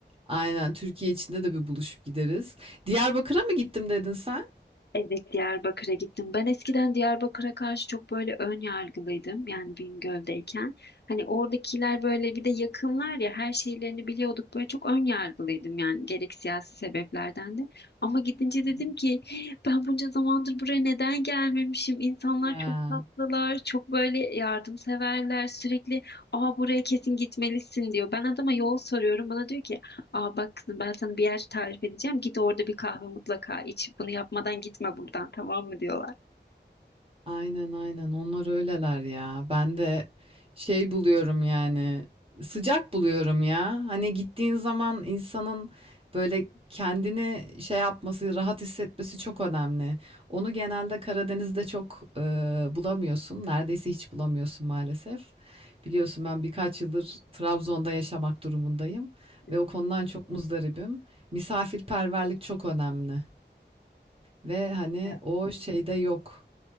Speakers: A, on the right (about 30°); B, on the left (about 65°).
A: aynen Türkiye içinde de bir buluşup gideriz. Diyarbakır'a mı gittim dedin sen?
B: Evet Diyarbakır'a gittim. Ben eskiden Diyarbakır'a karşı çok böyle ön yargılıydım. Yani Bingöl'deyken. Hani oradakiler böyle bir de yakınlar ya her şeylerini biliyorduk. Böyle çok ön yargılıydım yani gerek siyasi sebeplerden de. Ama gidince dedim
A: Hı hı.
B: ki "Hey, ben bunca zamandır buraya neden gelmemişim? İnsanlar
A: Ya.
B: çok tatlılar, çok böyle yardımseverler. Sürekli aa buraya kesin gitmelisin diyor. Ben adama yol soruyorum. Bana diyor ki Aa bak kızım ben sana bir yer tarif edeceğim. Git orada bir kahve mutlaka iç. Bunu yapmadan gitme buradan tamam mı diyorlar.
A: Aynen aynen onlar öyleler ya. Ben de şey buluyorum yani sıcak buluyorum ya. Hani gittiğin zaman insanın böyle kendini şey yapması, rahat hissetmesi çok önemli. Onu genelde Karadeniz'de çok e, bulamıyorsun. Neredeyse hiç bulamıyorsun maalesef. Biliyorsun ben birkaç yıldır Trabzon'da yaşamak durumundayım
B: <laughs>
A: ve o konudan çok muzdaribim. Misafirperverlik çok önemli ve hani
B: Evet.
A: o şeyde yok.